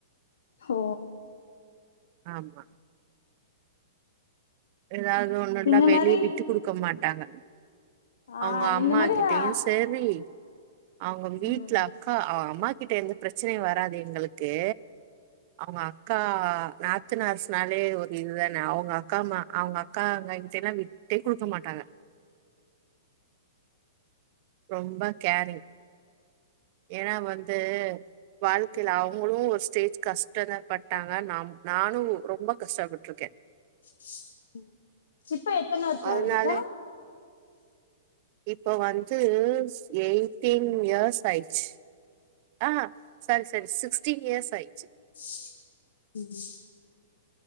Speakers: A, on the left (about 75°); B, on the right (about 40°).
A: ஓ
B: ஆமா எதாவது ஒண்ணுனா
A: இந்த
B: வெளிய
A: மாரி
B: விட்டு குடுக்க மாட்டாங்க
A: ஆ
B: அவ்ங்க அம்மா
A: இந்த மாரி
B: கிட்டயு
A: ஆ
B: செரி அவ்ங்க வீட்ல
A: ம்
B: அக்கா அம்மா கிட்ட எந்த பிரச்சனையு வராது எங்களுக்கு அவங்க அக்கா நாத்தனார்சுனாலே ஒரு இதுதானே அவங்க அக்கா மா அவங்க அக்கா அண்ணகிட்டலா விட்டே குடுக்க மாட்டாங்க ரொம்ப கேரிங் ஏனா வந் வந்து வாழ்க்கைல அவ்ங்களு ஒரு ஸ்டேஜ் கஷ் றத பட்டாங்க நாம் நானு ரொம்ப கஷ்டப்பட்ருக்கே
A: <unintelligible> இப்ப எத்தன வருஷோ
B: அதுனாலே
A: ஆகுதுக்கா
B: இப்ப வந்து எய்ட்டீன் இயர்ஸ் ஆயிச்சு ஆஹா சாரி சாரி சிக்ஸ்டீன் இயர்ஸ் ஆயிச்சு
A: <inaudible>